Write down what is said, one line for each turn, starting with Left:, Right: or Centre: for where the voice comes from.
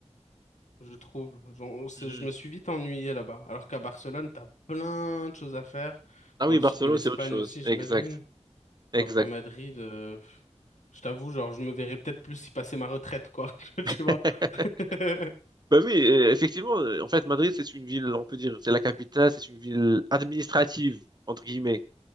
Left: je trouve J'en- c'est-
Right: Mhm.
Left: je me suis vite ennuyé là-bas alors qu'à Barcelone t'as plein de choses à faire
Right: Ah oui,
Left: dans le
Right: Barcelone,
Left: sud de l'Espagne
Right: c'est autre chose.
Left: aussi
Right: Exact.
Left: j'imagine
Right: Exact.
Left: alors que Madrid, euh, pff, je t'avoue, genre, je me verrais peut-être plus y passer ma retraite, quoi. <laughs> Tu
Right: <laughs>
Left: vois? <laughs>
Right: Ben oui, euh, effectivement, euh, en fait, Madrid, c'est une ville, on peut dire, c'est la capitale, c'est une ville administrative, entre guillemets.